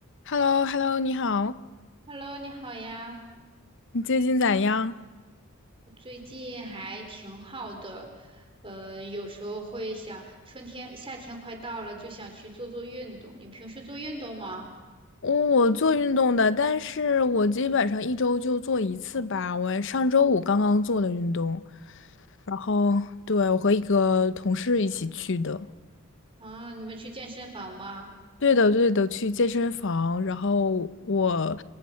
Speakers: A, on the left; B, on the right.
A: h e l l o h e l l o 你好，
B: Hello，你好呀，
A: 你最近咋样？
B: 我最近还挺好的，呃，有时候会想，春天、夏天快到了，就想去做做运动。你平时做运动吗？
A: 我我做运动的，但是我基本上一周就做一次吧。我上周五刚刚做的运动，然后对，我和一个同事一起去的。
B: 啊，你们去健身房吗？
A: 对的，对的，去健身房。然后我